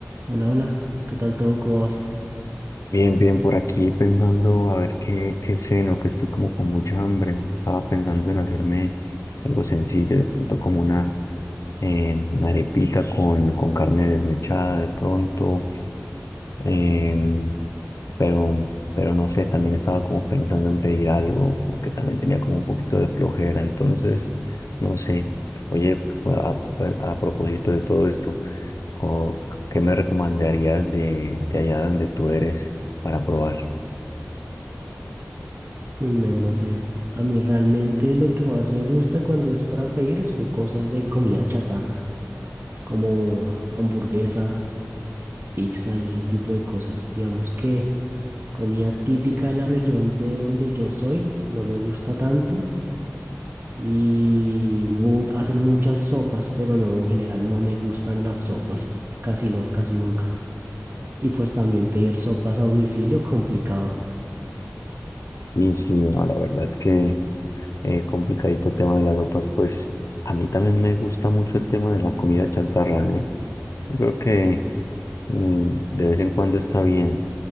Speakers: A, on the right; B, on the left.
A: Hola, hola, ¿qué tal todo? ¿Cómo vas?
B: bien bien por aquí pensando a ver qué qué cena o que estoy como con mucha hambre estaba pensando en hacerme algo sencillo de pronto como una eh, una arepita con con carne desmechada de pronto em, pero pero no sé también estaba como pensando en pedir algo porque también tenía como un poquito de flojera entonces no sé oye a a- a propósito de todo esto ¿O qué me recomendarías de, de allá donde tú eres para probar?
A: Uy, men, no sé. A mí realmente lo que más me gusta cuando es para pedir son cosas de comida chatarra, como hamburguesa, pizza y ese tipo de cosas. Digamos que comida típica de la región de donde yo soy no me gusta tanto y mu- hacen muchas sopas, pero no, en general no me gustan las sopas, casi no, casi nunca. Y pues también pedir sopas a domicilio, complicado.
B: Y sí, no, la verdad es que eh, complicadito el tema de las sopas, pues a mí también me gusta mucho el tema de la comida chatarra, ¿no? Yo creo que eh, de vez en cuando está bien.